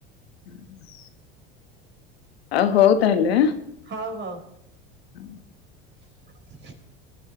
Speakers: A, on the left; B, on the right.
A: ହୁଁ। ଆଉ ହଉ ତାହେଲେ।
B: ହଉ ହଉ।
A: ହଁ।
B: <inaudible>